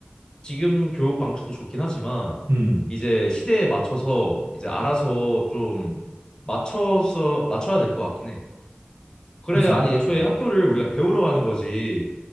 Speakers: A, on the left; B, on the right.
A: 지금 교육 방식도 좋긴 하지만
B: 음.
A: 이제 시대에 맞춰서 이제 알아서 좀 맞춰서 맞춰야 될 것 같긴 해. 그래,
B: 그쵸.
A: 아니 애초에
B: 음,
A: 학교를 우리가 배우러 가는 거지.